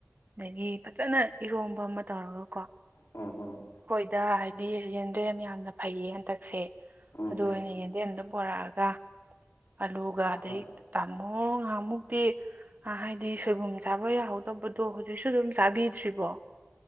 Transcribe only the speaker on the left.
ꯎꯝ ꯎꯝ
ꯎꯝ
ꯎꯝ
ꯍꯣꯏ